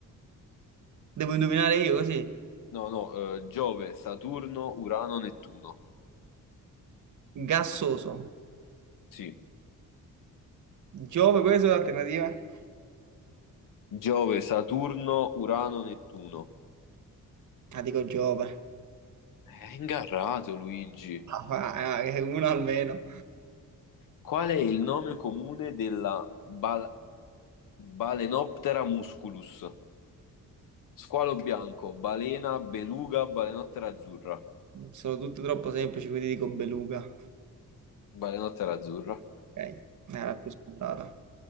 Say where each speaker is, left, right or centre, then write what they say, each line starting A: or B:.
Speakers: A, on the right; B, on the left.
A: Devo indovinare io così.
B: No, no, eh, Giove, Saturno, Urano, Nettuno.
A: Gassoso.
B: Sì,
A: Giove, queste sono le alternative?
B: Giove, Saturno, Urano, Nettuno.
A: Ah, dico Giove.
B: È ingarrato, Luigi.
A: Ah, fa- ah, che una almeno.
B: Qual è il nome comune della bal- Balenoptera musculus? Squalo bianco, balena, beluga, balenottera azzurra.
A: Sono tutte troppo semplici, quindi dico beluga.
B: Balenottera azzurra.
A: Ok, era più scontata.